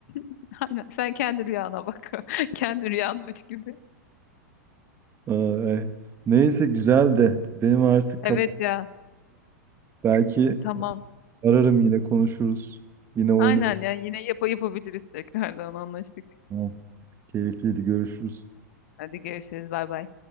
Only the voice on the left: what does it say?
<laughs> Aynen. Sen kendi rüyana bak. <laughs> Kendi rüyanmış gibi.
Evet
ya.
Tamam.
Aynen ya. Yine yap yapabiliriz tekrardan anlaştık.
Hadi görüşürüz. Bay bay.